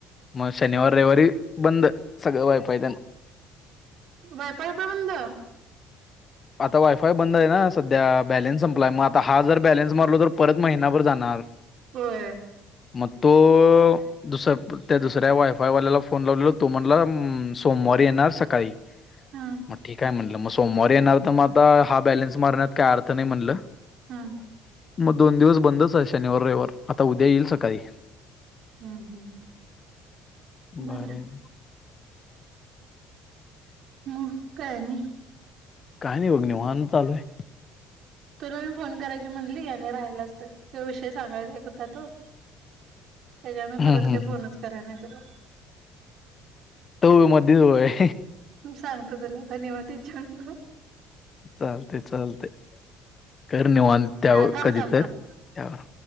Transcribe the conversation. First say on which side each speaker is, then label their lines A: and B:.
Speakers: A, on the left (about 35°); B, on the right (about 65°).
A: मग शनिवार रविवारी, बंद सगळं वायफाय तेन.
B: वायफाय पण बंद.
A: आता वायफाय बंद आहे ना, सध्या बॅलेन्स संपलाय. मग आता हा जर बॅलेन्स मारलो तर परत महिनाभर जाणार.
B: होय.
A: मग तो दुस त्या दुसऱ्या वायफाय वाल्याला फोन लावलेलो. तो म्हणला सोमवारी येणार सकाळी,
B: हा हा
A: मग ठीक आहे म्हणलं. मग सोमवारी येणार तर, मग आता हा बॅलेन्स मारण्यात काय अर्थ नाही म्हटलं.
B: हम्म.
A: मग दोन दिवस बंदच आहे, शनिवार रविवार आता उद्या येईल सकाळी.
B: हम्म हम्म हम्
A: भारी
B: बर.
A: आहे की.
B: मग काय आणि.
A: काही नाही बघ निवांत चालू आय.
B: तुला मी फोन करायची म्हणली, आणि राहायलाच त विषय सांगायचा एक होता तो. त्यांच्यावर, मी परत
A: हम्म हम्म
B: काय
A: हम्म.
B: फोनच कराय नाही तुला.
A: मधि होय.
B: सांगतो तुला आता निवांत हिच्या रतो.
A: चालते चालते. कर निवांत त्यावर
B: दहा थांब
A: कधी
B: थांब
A: तर,
B: थांब
A: त्यावर